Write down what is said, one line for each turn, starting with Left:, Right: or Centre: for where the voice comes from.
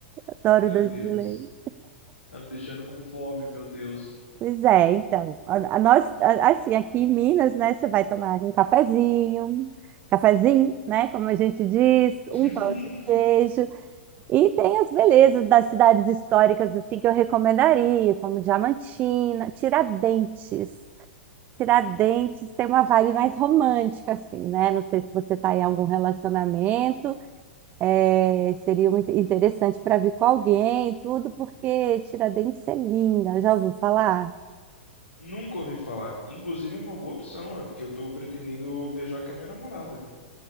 Right: adoro
Left: Meu
Right: doce
Left: Deus,
Right: de leite.
Left: tá me deixando com fome, meu Deus.
Right: Pois é, então, a, a nós, a- assim, aqui em Minas, né, você vai tomar um cafezinho, cafezinho, né, como a gente diz,
Left: <laughs>
Right: um pão de queijo, e tem as belezas das cidades históricas, assim, que eu recomendaria, como Diamantina, Tiradentes. Tiradentes tem uma vibe mais romântica, assim, né, não sei se você está
Left: Hum.
Right: em algum relacionamento, é, seria muito interessante para vir com alguém, tudo, porque Tiradentes é linda, já ouviu falar?
Left: Nunca ouvi falar. Inclusive é uma boa opção, é porque eu tô pretendendo viajar com a minha namorada.